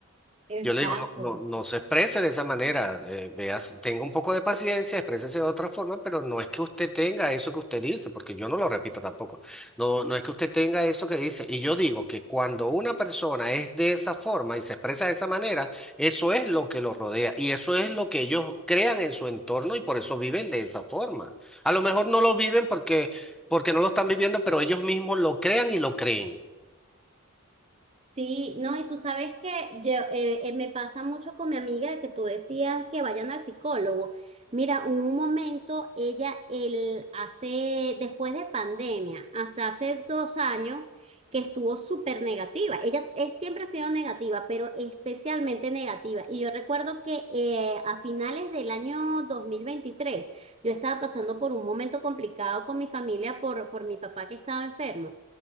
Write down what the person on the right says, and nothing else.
exacto.
Sí, no, y tú sabes que yo, eh, eh, me pasa mucho con mi amiga de que tú decías que vayan al psicólogo. Mira, hubo un momento, ella, el, hace, después de pandemia, hasta hace dos años, que estuvo súper negativa. Ella es, siempre ha sido negativa, pero especialmente negativa. Y yo recuerdo que eh, a finales del año 2023 yo estaba pasando por un momento complicado con mi familia por, por mi papá que estaba enfermo.